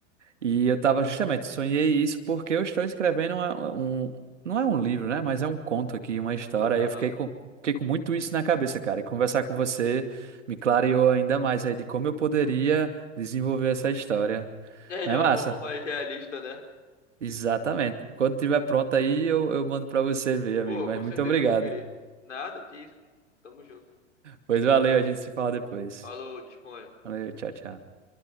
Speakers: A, on the right; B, on the left.
A: e eu tava justamente, sonhei isso porque eu estou escrevendo uma- um, não é um livro, né, mas é um conto aqui, uma história.
B: Mas,
A: Aí
B: Aham.
A: eu fiquei com, fiquei com muito isso na cabeça, cara. E conversar com você me clareou ainda mais aí de como eu poderia desenvolver essa história.
B: É
A: Não
B: de
A: é
B: uma
A: massa?
B: forma mais realista, né?
A: Exatamente. Quando tiver pronto aí, eu, eu mando pra você ver, amigo.
B: Pô,
A: Mas
B: com
A: muito
B: certeza
A: obrigado.
B: eu vou querer. Nada, que isso. Tamo junto.
A: Pois valeu, a gente se fala depois.
B: Falou, dispõe.
A: Valeu, tchau, tchau.